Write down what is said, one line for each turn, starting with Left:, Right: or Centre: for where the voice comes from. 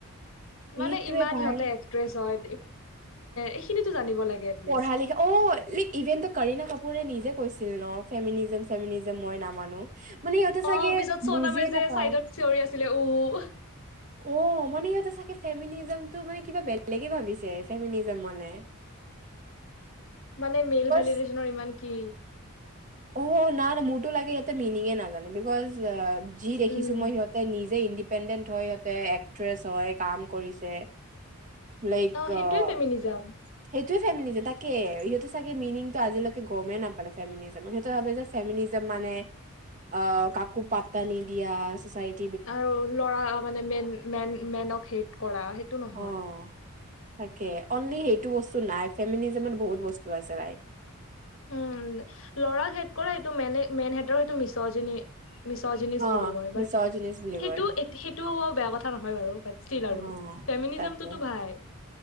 Right: সেইটোয়ে
Left: মানে তেওঁলোক
Right: ভাই
Left: একট্ৰেছ হয়। এইখিনিতো জানিব লাগে এটলিষ্ট।
Right: পঢ়া লিখা অ ইভেন্টটো কৰীনা কাপোৰে নিজে কৈছিল ন ফেমিলিজম ফেমিলিজম মই নামানো। মানে সিহঁতে চাগে
Left: অ', পিছত চনামে
Right: বুজিয়ে
Left: যে
Right: নাপায়
Left: চাইডত চিঞৰি আছিলে উ, ' ৱাহ।
Right: অ', মানে ইহঁতে চাগে ফেমিনিজমটো মানে কিবা বেলেগে ভাবিছে, ফেমিনিজম মানে।
Left: মানে মেইল
Right: বছ
Left: ভেলিডেশনৰ ইমান, কি?
Right: অ ', না- না মোৰতো লাগে সিঁহতে মিনিঙে নাজানে বিকজ, যে, যি দেখিছো
Left: উম,
Right: মই সিহঁতে নিজে ইনদি, ডিপেণ্ডেণ্ট হয় সিহঁতে এক্ট্ৰেছ হয়, কাম কৰিছে। লাইক
Left: অ', সেইটোৱে
Right: আঃ
Left: ফেমিনিজম।
Right: সেইটোৱে ফেমিনা যে তাকে সিহঁতে চাগে মিনিংটো আজিলৈকে গমেই নাপালে ফেমিলি যে, সিহঁতে ভাবে যে ফেমিনিজন মানে অ', কাকো পাত্তা নিদিয়া চছাইটিৰ,
Left: আৰু ল'ৰা মানে মেইন, মেন - মেনক হেট কৰা সেইটো নহয়।
Right: অ' তাকে অনলি সেইটো বস্তু নাই ফেমিনিজীমত বহুত বস্তু আছে, ৰাইট
Left: উম, ল'ৰাক হেড কৰে সেইটো মেন- মেনহতৰ সেইটো মিছৰ - জনীয়ে। মিছৰ জিনিচ
Right: অ'
Left: বুলি কয়
Right: মিছৰজিনিছ
Left: বাট
Right: বুলি
Left: সেইটো
Right: কয়
Left: এট, সেইটো বৰ বেয়া কথা নহয় বাৰু বাট ষ্টিল
Right: অ'
Left: আৰু ফেমিনিজমটো
Right: তাকে
Left: তো ভাই,